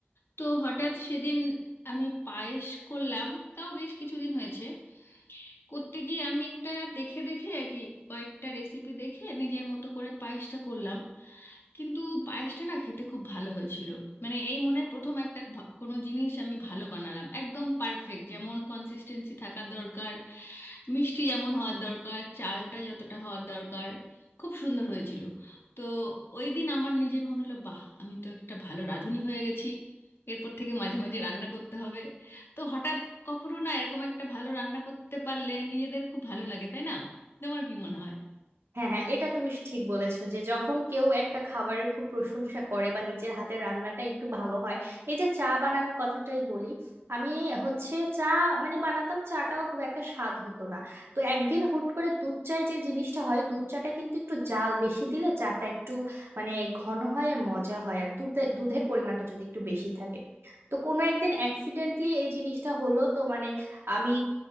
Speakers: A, on the left (about 70°); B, on the right (about 75°).
A: তো হঠাৎ সেদিন আমি পায়েস করলাম তাও বেশ কিছুদিন হয়েছে করতে গিয়ে আমি একটা দেখে দেখে আর কি কয়েকটা রেসিপি দেখে নিজের মতো করে পায়েসটা করলাম কিন্তু পায়েসটা না খেতে খুব ভালো হয়েছিল মানে এই মনে হয় প্রথম একটা ভা- কোনো জিনিস আমি ভালো বানালাম একদম পারফেক্ট যেমন কনসিস্টেন্সি থাকা দরকার মিষ্টি যেমন হওয়ার দরকার চালটা যতটা হওয়ার দরকার খুব সুন্দর হয়েছিল তো ওই দিন আমার নিজের মনে হলো বাহ আমি তো একটা ভালো রাঁধুনি হয়ে গেছি এরপর থেকে মাঝে মাঝে রান্না করতে হবে তো হঠাৎ কখনো না এরকম একটা ভালো রান্না করতে পারলে নিজেদের খুব ভালো লাগে তাই না তোমার কি মনে হয়
B: হ্যাঁ হ্যাঁ এটা তুমি ঠিক বলেছো যে যখন কেউ একটা খাবারের খুব প্রশংসা করে বা নিজের হাতের রান্নাটা একটু ভালো হয় এই যে চা বানানোর কথাটাই বলি আমি হচ্ছে চা মানে বানাতাম চাটাও খুব একটা স্বাদ হতো না তো একদিন হুট করে দুধ চায় যে জিনিসটা হয় দুধ চাটা কিন্তু একটু জাল বেশি দিলে চাটা একটু মানে ঘন হয় আর মজা হয় আর দুধে দুধের পরিমাণটা যদি একটু বেশি থাকে তো কোনো একদিন অ্যাক্সিডেন্টলি এই জিনিসটা হলো তো মানে আমি